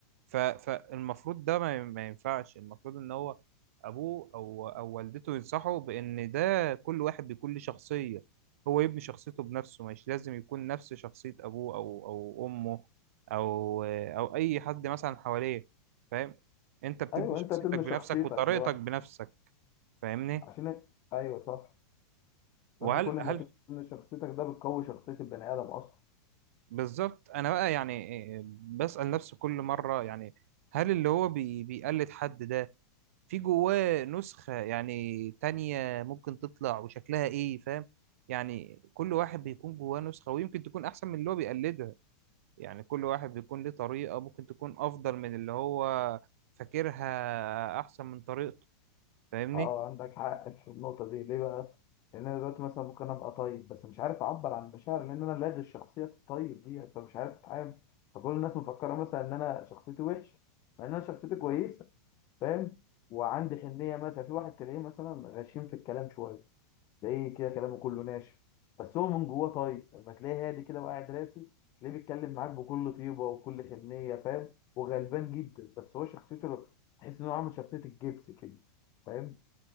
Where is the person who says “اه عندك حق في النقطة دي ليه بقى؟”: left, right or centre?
Left